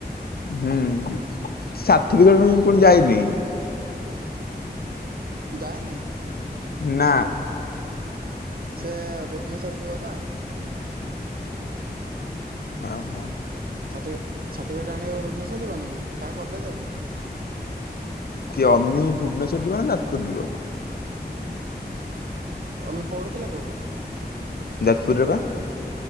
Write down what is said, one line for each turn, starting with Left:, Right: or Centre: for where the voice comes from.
Left: ହୁଁ, ସାର୍ଠିଫିକେଟ ପାଇଁ ପୁଣି ଯାଇନି।
Right: ଯାଇନି?
Left: ନା
Right: ସେ ଭୁବନେଶ୍ଵର ଯିବ ପା
Left: ଆହା।
Right: ସର୍ଟି ସାର୍ଟିଫିକେଟ ଆଣିବାକୁ ଭୁବନେଶ୍ୱର ଯିବନି କି ତା କଲେଜକୁ?
Left: କିଏ ଅମି ଭୁବନେଶ୍ୱର ଯିବ ନା, ଯାଜପୁର ଯିବ?
Right: ଅମି ପଢୁଥିଲା କୋଉଠି?
Left: ଯାଜପୁରରେ ପା।